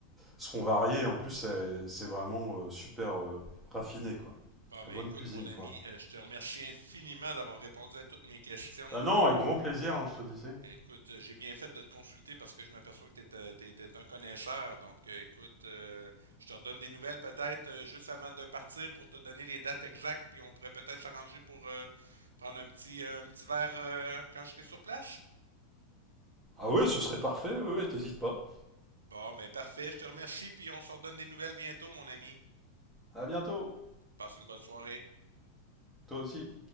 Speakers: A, in the centre; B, on the right.
A: seront variés. En plus, c'est c'est vraiment euh, super euh, raffiné, quoi.
B: Ah,
A: La
B: mais
A: bonne
B: écoute,
A: cuisine,
B: mon ami,
A: quoi.
B: euh, je te remercie infiniment d'avoir répondu à toutes mes questions.
A: Ah non,
B: euh,
A: avec grand plaisir, hein, je te disais.
B: Écoute, j'ai bien fait de te consulter parce que je m'aperçois que t'es, t'es, t'es un connaisseur. Donc, euh, écoute, euh, je te redonne des nouvelles peut-être euh, juste avant de partir pour te donner les dates exactes, puis on pourrait peut-être s'arranger pour euh, prendre un petit, euh, un petit verre euh, quand je serai sur place.
A: Ah ouais, ce serait parfait. Ouais, ouais, t'hésites pas.
B: Bon, ben parfait, je te remercie, puis on se redonne des nouvelles bientôt, mon ami.
A: À bientôt.
B: Passe une bonne soirée.
A: Toi aussi.